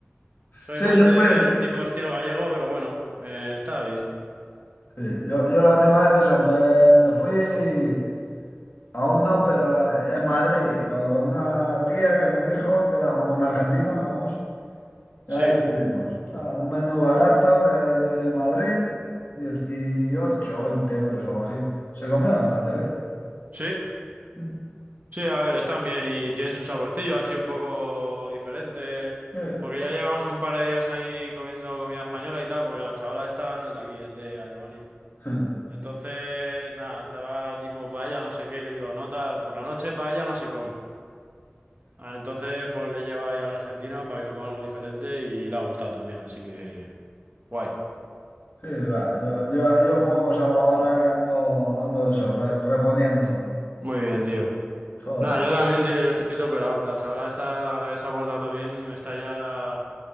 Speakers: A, on the right (about 45°); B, on the left (about 50°).
A: Soy
B: Sí,
A: más
B: yo
A: del
B: fui.
A: tipo de estilo gallego, pero bueno, eh, está bien.
B: sí, yo, yo la última vez eso, me, me fui, aún no, pero eh, en Madrid, con, con una tía que me dijo que era una argentina, vamos. Ya
A: Sí,
B: estuvimos. Ah, un menú barato que hay en medio de Madrid, dieciocho o 20 euros o algo así. Se comía bastante bien.
A: sí,
B: <laughs>
A: sí, a ver, están bien y tienen su saborcillo así un poco diferente.
B: Sí,
A: Porque ya llevamos un par de días ahí comiendo comida española y tal, porque la chavala esta no es de aquí, es de Alemania.
B: <laughs>
A: Entonces, nada, estaba tipo paella, no sé qué, y le digo, no, tal, por la noche paella no se come. Ah, entonces, pues le lleva ahí al argentino para que coma algo diferente y le ha gustado también, así que guay.
B: Sí, va, yo, yo, yo poco salgo ahora que ando, ando eso, re- reponiendo.
A: Muy bien, tío.
B: Joder,
A: Nada, yo también, tío, yo estoy todo pelado. La chavala está, la verdad que se ha portado todo bien, me está ya